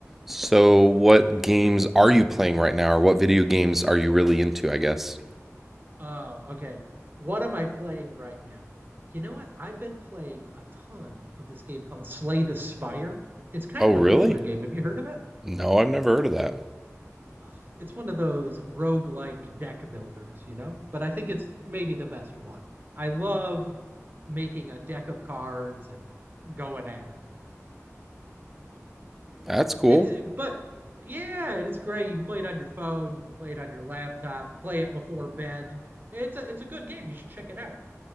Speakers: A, in the centre; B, on the right.
A: So, what games are you playing right now, or what video games are you really into, I guess?
B: Oh, okay. What am I playing right now? You know what? I've been playing a ton of this game called Slay the Spire. It's kind
A: Oh,
B: of
A: really?
B: an older game. Have you heard of it?
A: No, I've never heard of that.
B: Ugh, It's one of those roguelike deck builders, you know? But I think it's maybe the best one. I love making a deck of cards and going at it.
A: That's cool.
B: It's but yeah, it's great. You can play it on your phone, you can play it on your laptop, play it before bed. It's a it's a good game. You should check it out.